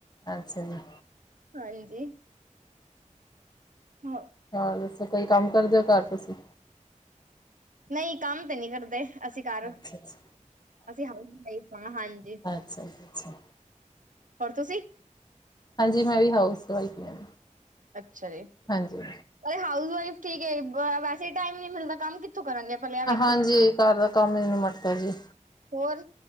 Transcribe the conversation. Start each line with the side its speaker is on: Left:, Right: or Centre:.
Left: ਅੱਛਾ ਜੀ।
Right: ਹਾਂਜੀ ਮ
Left: ਹੋਰ ਦੱਸੋ, ਕੋਈ ਕੰਮ ਕਰਦਿਓ ਘਰ ਤੁਸੀਂ।
Right: ਨਹੀਂ ਕੰਮ ਤੇ ਨਹੀਂ ਕਰਦੇ, ਅਸੀਂ ਘਰ।
Left: ਅੱਛਾ ਜੀ,
Right: ਅਸੀਂ ਹਾਊਸ ਵਾਈਫ ਹਾਂ ਹਾਂਜੀ,
Left: ਅੱਛਾ ਜੀ ਅੱਛਾ,
Right: ਹੋਰ ਤੁਸੀਂ
Left: ਹਾਂਜੀ, ਮੈਂ ਵੀ ਹਾਊਸ ਵਾਈਫ ਹੀ ਹਾਂ।
Right: ਅੱਛਾ ਜੀ,
Left: ਹਾਂਜੀ,
Right: ਅਰੇ ਹਾਊਸ ਵਾਈਫ ਠੀਕ ਐ, ਵੈਸੇ ਟਾਈਮ ਨਹੀਂ ਮਿਲਦਾ, ਕੰਮ ਕਿੱਥੋਂ ਕਰਾਂਗੇ। ਪਹਿਲੇ ਆ ਵੇਖੋ
Left: ਹਾਂਜੀ, ਘਰ ਦਾ ਕੰਮ ਈ ਨਹੀਂ ਮੁੱਕਦਾ ਜੀ।
Right: ਹੋਰ